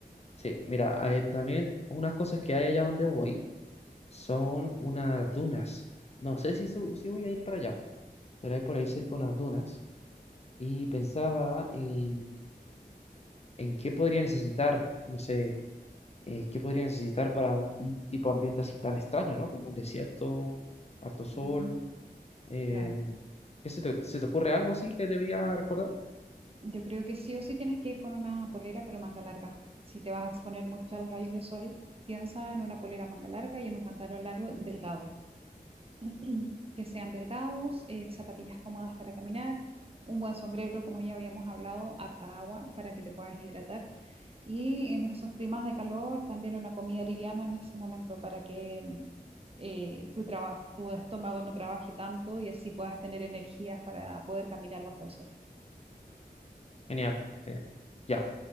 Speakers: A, on the left; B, on the right.
A: Sí, mira, eh, también unas cosas que hay allá donde voy son unas dunas. No sé si, su- si voy a ir para allá, pero hay por ahí cerca unas dunas y pensaba en, en qué podría necesitar, no sé, eh, qué podría necesitar para un, un tipo de ambiente así tan extraño, ¿no? Como un desierto, harto sol.
B: Mm,
A: eh,
B: claro.
A: ¿qué se te, se te ocurre algo así que debería recordar?
B: Yo creo que sí o sí tienes que ir con una polera, pero manga larga. Si te vas a exponer mucho a los rayos de sol, piensa en una polera manga larga y en un pantalón largo delgado. <clears throat> Que sean delgados, eh, zapatillas cómodas para caminar, un buen sombrero, como ya habíamos hablado, harta agua para que te puedas hidratar. Y en esos climas de calor, también una comida liviana en ese momento para que mm, eh, tu trabajo, tu estómago no trabaje tanto y así puedas tener energías para poder caminar bajo el sol.
A: Genial, genial. Ya,